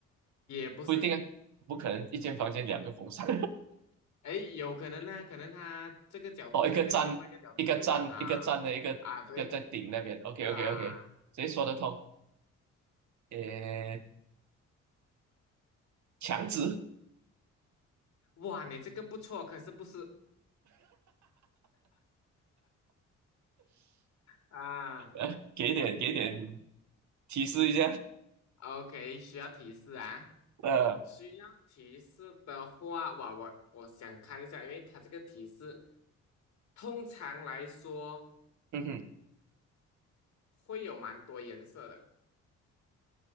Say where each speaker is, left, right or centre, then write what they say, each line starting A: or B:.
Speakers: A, on the left; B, on the right.
A: 也不是，
B: 不一定啊，不可能一间房间两个风扇，
A: 哎，有可能呢，可能他这个角度吹跟另外一个角度吹啊
B: <laughs> 哦，一个站一个站一个站的一个一个在顶那边，OK
A: 啊对，是啊。
B: OK OK，谁说得通？呃，墙纸，
A: 哇，你这个不错，可是不是啊
B: 呃，给点给点提示一下，
A: ？OK，需要提示啊。
B: 呃，
A: 需要提示的话，哇，我我想看一下，因为它这个提示通常来说
B: 嗯哼，
A: 会有蛮多颜色的。